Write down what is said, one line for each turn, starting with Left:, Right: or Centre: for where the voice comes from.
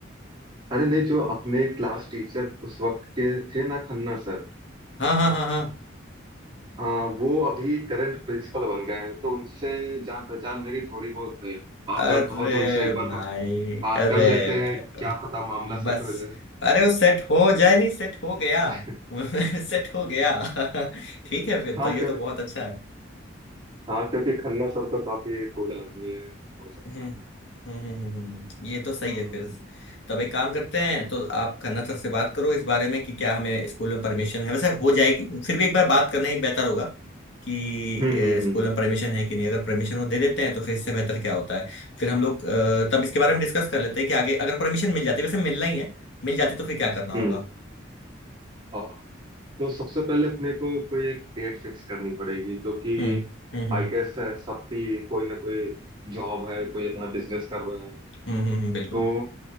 Right: अरे नहीं जो अपने क्लास टीचर उस वक्त के थे ना खन्ना सर
Left: हाँ हाँ हाँ हाँ
Right: हाँ वो अभी करंट प्रिंसिपल बन गए हैं तो उनसे जान पहचान मेरी थोड़ी बहुत है आप
Left: अरे
Right: कहो तो उनसे एक बार
Left: भाई
Right: ब- बात
Left: अरे
Right: कर लेते
Left: भाई
Right: हैं क्या पता मामला
Left: बस
Right: सेट हो जाए
Left: अरे वो सेट हो जाए नहीं सेट हो गया
Right: <laughs>
Left: <laughs> सेट हो गया <laughs> ठीक है फिर
Right: हाँ
Left: तो ये
Right: क्योंकि
Left: तो बहुत अच्छा है
Right: हाँ क्योंकि खन्ना सर तो काफी कूल आदमी है हो सकता
Left: हम्म
Right: है
Left: हम्म हम्म हम्म, हम्म, हम्म। ये तो सही
Right: हम्म
Left: है फिर तो अब एक काम करते हैं तो आप खन्ना सर से बात करो इस बारे में कि क्या हमें स्कूल में परमिशन है वैसे हो जाएगी फिर भी एक बार बात करना ही बेहतर होगा कि
Right: हम्म हम्म
Left: अ, स्कूल में परमिशन है कि नहीं अगर परमिशन वो दे देते हैं तो फिर इससे बेहतर क्या होता है फिर हम लोग अ, तब इसके बारे में डिस्कस कर लेते हैं कि आगे अगर परमिशन मिल जाती है वैसे मिलना ही है मिल जाती तो फिर क्या करना होगा
Right: हम्म हम्म। तो सबसे पहले अपने को कोई एक डेट फिक्स करनी पड़ेगी क्योंकि
Left: हम्म हम्म हम्म
Right: आई गेस सबकी कोई ना कोई जॉब है कोई अपना बिजनेस कर रहा है
Left: हम्म हम्म हम्म, बिल्कुल
Right: तो